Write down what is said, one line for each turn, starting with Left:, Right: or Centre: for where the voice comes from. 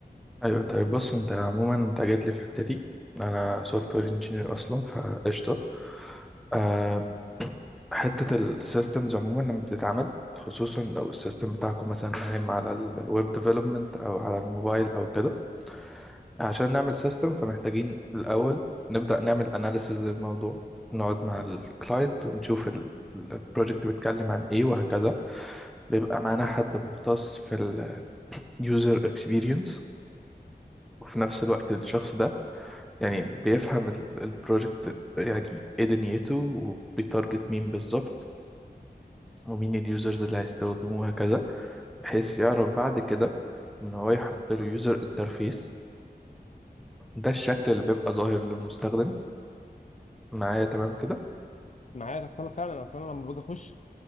Centre: ايوه طيب بص انت عموما انت جيت لي في حتتي انا سوفت وير انجينير اصلا فقشطه أه <clears throat> حته السيستمز عموما لما بتتعمل خصوصا لو السيستم بتاعكم مثلا قايم على الويب ديفلوبمنت او على الموبايل او كده عشان نعمل سيستم فمحتاجين الاول نبدا نعمل اناليسيز للموضوع نقعد مع الكلاينت ونشوف البروجكت بيتكلم عن ايه وهكذا بيبقى معانا حد مختص في اليوزر اكسبيرينس وفي نفس الوقت الشخص ده يعني بيفهم ال- البروجكت يعني ايه دنيته وبيتارجت مين بالظبط ومين اليوزرز اللي هيستخدموه وهكذا بحيث يعرف بعد كده ان هو يحط له يوزر انترفيس ده الشكل اللي بيبقى ظاهر للمستخدم معايا تمام كده
Left: معاك اصل انا فعلا اصل انا لما باجي اخش